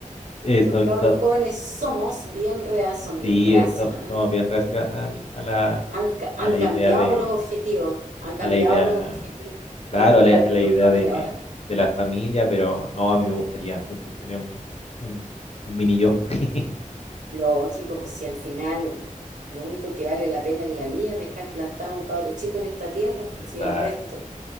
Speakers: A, on the left; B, on the right.
A: eh,
B: Los
A: so-
B: cabros
A: so-
B: jóvenes somos bien rea- son bien
A: sí,
B: reacios,
A: so-
B: ¿ah?
A: somos bien reacios al- a, la,
B: Han, ca- han
A: a la
B: cambiado
A: idea de,
B: los objetivos, han cambiado
A: a la idea,
B: los objetivos
A: claro,
B: y los planes
A: a la, a la
B: de los
A: idea
B: cabros
A: de,
B: de ahora.
A: de la familia, pero no, a mí me gustaría mucho tener un, un, un mini yo. <laughs>
B: Lógico, pues si al final lo único que vale la pena en la vida es dejar plantado a un cabro chico en esta tierra,
A: Está,
B: si el resto